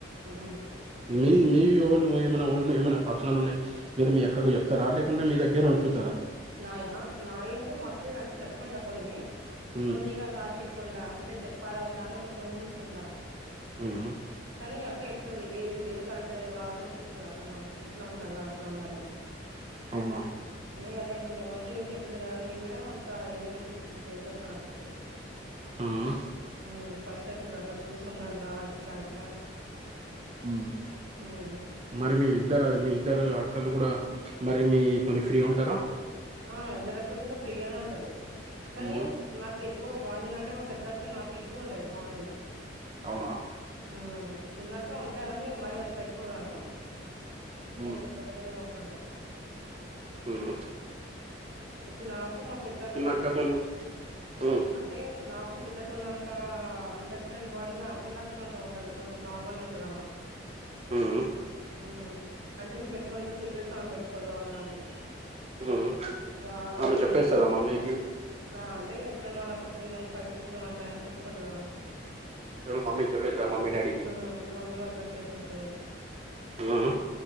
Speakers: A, on the right; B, on the right.
A: ఉమ్
B: మీది మీవి ఏమనా ఏమన్నా పర్సనల్ ఉన్నాయి మీరు మీ అక్కకు చెప్తారా లేకుంటే మీ దగ్గరే ఉంచుతారా
A: నాయా నాయి అంటే మా అక్కకి అంటే చెప్పుకుంటా కొన్ని
B: ఉమ్
A: కొన్ని ఇగ దాచిపేట్టుకుంటా అంటే చెప్పాలా వద్దా అని కొంచెం ఊహించుకుంటా
B: ఉమ్మ్
A: కానీ అక్క చెప్తాది ఏది ఏది కరెక్టో రాంగో చెప్తాది అక్క నాకు ఇట్లా ఉండాలిరా అట్లా ఉండాలని
B: అవునా
A: నేను అదే అనుకుంటా మంచి గురించి చెప్తుంది కదని నేను కూడా అంత ఏం చె చెప్పను అక్కకి
B: ఉమ్
A: ఉమ్మ్ ఫస్ట్ చె ప్తాది అక్క చూసి ఉండాలిరా ఇట్లా ఇట్లా అని
B: ఉహ్మ్మ్
A: హ్మ్.
B: మరి మీ ఇద్దరు మీ ఇద్దరు అక్కళ్ళు కూడా మరి మీతోని ఫ్రీ ఉంటారా
A: ఆ ఇద్దరు అక్కలు ఇంకా ఫ్రీగానే ఉంటారు కానీ
B: ఉమ్
A: నాకే క్కువ బాండింగ్ అంటే మా పెద్ద నాకు ఎక్కువ ఉంటది బాండింగ్
B: అవునా
A: ఉమ్మ్ చిన్నక్క ఉంటది కానీ మరీ అంత ఎక్కువ కాదు ఇంక
B: ఉమ్
A: పెద్దక్కతోని ఉంటాం
B: ఉమ్మ్
A: ఇప్పుడు నాకు మా పెద్దక్కకి
B: అక్కతోని ఉమ్
A: అంటే నాకు పెద్దక్క కున్నంత అండర్స్టాండింగ్ బాండింగ్ అమే చిన్నక్కకు అంత ఉండదు కొంచెం నార్మల్ ఉంటదామే
B: ఉమ్మ్
A: ఉమ్మ్ అంటే మెం పెట్టుకుంటే సీక్రెట్స్ ఆమె పెట్టుకోదు ఆమె దాంట్లో
B: ఉమ్మ్
A: ఇక ఆమెకి
B: అమె
A: ఇగ
B: చెప్పేస్తాదా
A: ఏం
B: మమ్మీకి
A: ఆ అంటే ఎప్పుడైనా సంథింగ్ ఫైటింగ్స్ అట్లా అయినాప్పుడు చెప్పుకుంటదామె
B: హాల్ మమ్మీ డాడీకి
A: ఉహ్మ్ మమ్మీ వాళ్ళకి అట్లా చెప్పేస్తాది
B: ఉమ్